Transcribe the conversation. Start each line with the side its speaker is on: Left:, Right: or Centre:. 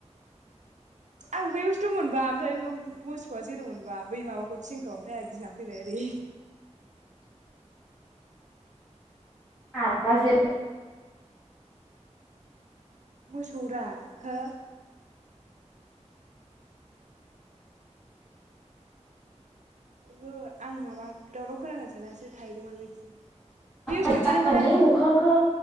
Right: आं बैयावसो दंमोनबा ओमफ्राय बेयाव मोसौआ जेदोंनमोनबा बै माबाखौ थिंखौ ओमफ्राय आ गिना फैबाय ओरै
Left: आब' आ जे
Right: मोसौरा हो ओहो आं माबा दावराव खोनांगोन साननानैसो थाहैदोंमोन बैथिं बैयावसो
Left: <unintelligible>
Right: थाखादोंमोन
Left: जागोनथाय
Right: आङो
Left: अखाखौ